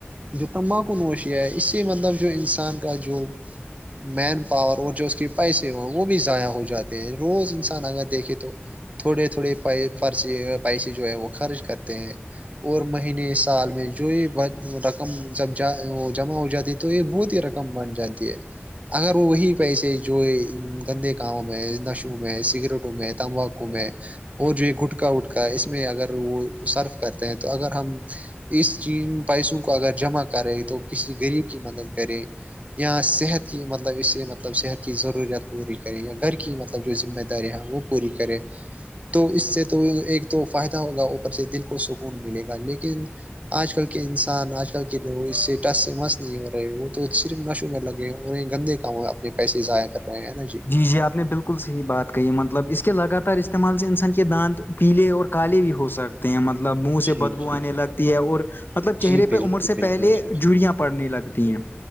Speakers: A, on the right; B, on the left.
A: جو تمباکو نوشیا ہے اس سے مطلب جو انسان کا جو مین پاور اور جو اس کے پیسے ہو ہیں وہ بھی ضائع ہو جاتے ہیں روز انسان اگر دیکھے تو تھوڑے تھوڑے پ پیسے جو ہے وہ خرچ کرتے ہیں اور مہینے سال میں <unintelligible> جو یہ رقم جب جمع ہو جاتی ہے تو یہ بہت ہی رقم بن جاتی ہے اگر وہ وہی پیسے جو گندے کامں میں نشو میں سگریٹوں میں تمباکو میں اور جو یہ گھٹکا وٹکا اس میں اگر وہ سرف کرتے ہیں تو اگر ہم اس چ پیسوں کو اگر جمع کرے تو کسی غریب کی مدد کرے یا صحت کی مطلب اسے مطلب صحت کی ضرورت پوری کریں یا گھر کی مطلب جو ذمہ دارییاں وہ پوری کریں تو اس سے تو ایک تو فائدہ ہوگا اوپر سے دل کو سکون ملے گا لیکن آج کل کے انسان آج کل کے لوگ اس سے ٹس سے مس نہیں ہو رہے وہ تو صرف نشوں میں لگ رہ یں گندے کاموں اپنے پیسے ضائع کر رہے ہیں نا جی
B: ج جی آپ نے بالکل صحیح بات کہی مطلب اس کے لگاتار استعمال سے انسان کے دانت پیلے اور کالے بھی ہو سکتے ہیں مطلب منہ سے
A: جی
B: بدبو
A: جی
B: آنے لگتی ہے اور مطلب چہرے
A: جی
B: پہ
A: بالکل
B: عمر سے
A: بالکل
B: پہلے
A: جی
B: جڑیاں پڑنے لگتی ہیں